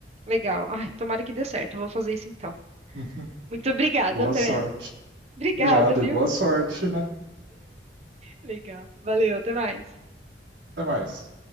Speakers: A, on the right; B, on the right.
A: legal. Ai, tomara que dê certo. Eu vou fazer isso então.
B: <laughs>
A: Muito obrigada,
B: Boa
A: André.
B: sorte.
A: Obrigada,
B: De nada
A: viu?
B: e boa sorte, né?
A: Legal. Valeu, até mais.
B: Até mais.